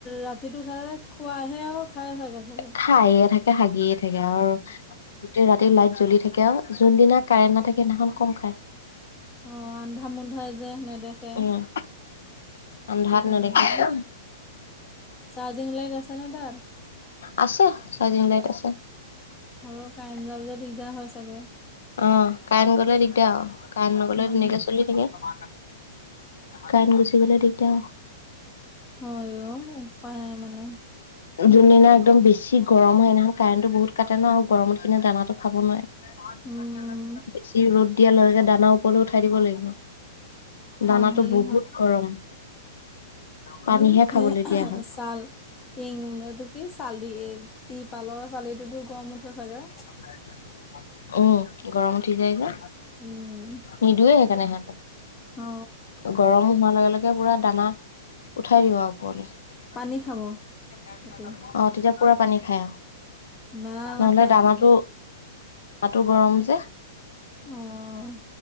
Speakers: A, on the left; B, on the left.
A: ৰাতিটো খাই খোৱাহে আও খাই থাকে। চাগে
B: খাইয়ে থাকে হাগিয়ে থাকে আও গোটেই ৰাতি লাইট জ্বলি থাকে আও। যোনদিনা কাৰেণ্ট নাথাকে সেইদিনাখন কম খায়।
A: অ আন্ধা মুন্ধা যে নেদেখে।
B: উম আন্ধাৰত
A: সেইকাৰণে
B: নেদেখে
A: আৰু
B: <unintelligible>
A: চাৰ্জিং লাইট আছে নে তাত
B: আছো ছয় দিম লাইট আছে।
A: হলেও কাৰেণ্ট যোৱা পিছত দিগদাৰ হয় চাগে।
B: অ কাৰেণ্ট গলে দিগদাৰ আও। কাৰেণ্ট নগলে
A: উম
B: ধুনীয়াকে চলি থাকে। কাৰেণ্ট গুচি গ'লে দিগদাৰ আও।
A: হয় অ‌ উপাই নাই মানে।
B: যোনদিনা একদম বেছি গৰম হয়, সেইদিনাখন কাৰেণ্টটো বহুত কাটে ন আৰু গৰমত কিন্তু দানাটো খাব নোৱাৰে। <unintelligible>
A: উম।
B: বেছি ৰ'দ দিয়া লগ লগে দানা ওপৰলে উঠাই দিব লাগিব।
A: অ
B: দানাটো
A: হেৰি
B: বহুত গৰম। পানীহে
A: হেই
B: খাবলৈ দিয়া হয়।
A: চাল, টিং, এইটো কি? কি চালি তিৰপালৰ চালিটোতো গম উঠে চাগে?
B: <unintelligible> উম গৰম উঠি যায় যে,
A: উম
B: নিদোৱে সেইকাৰণে সিহঁতক।
A: অ।
B: গৰম হোৱাৰ লগে লগে পুৰা দানা উঠাই দিওঁ ওপলে। অ
A: পানী খাব তেতিয়া
B: তেতিয়া পুৰা পানী খাই অহ।
A: নানা
B: নহলে
A: নাখায়
B: দানাটো
A: তেতিয়া
B: তাতো গৰম যে।
A: অ',